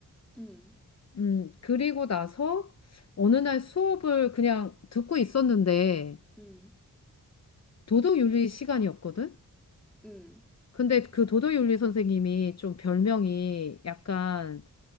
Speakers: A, in the centre; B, on the left.
A: 음,
B: 음, 그리고 나서 어느 날 수업을 그냥 듣고 있었는데
A: 음,
B: 도덕윤리 시간이었거든?
A: 음.
B: 근데 그 도덕윤리 선생님이 좀 별명이 약간